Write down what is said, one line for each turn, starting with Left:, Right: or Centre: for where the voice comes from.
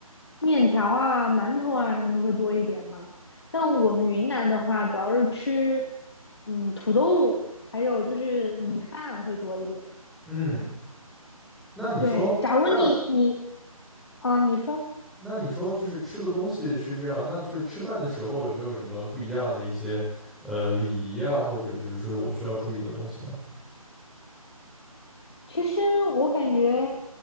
Left: 面条啊、馒头啊什么会多一点嘛。但我们云南的话，主要是吃嗯土豆，还有就是米饭会多一点。
Centre: 嗯，那你说，
Left: 对，假如你你
Centre: 那
Left: 啊，你说，
Centre: 那你说，就是吃的东西是这样，那就是吃饭的时候有没有什么不一样的一些呃礼仪啊，或者就是说我需要注意的东西呢？
Left: 其实我感觉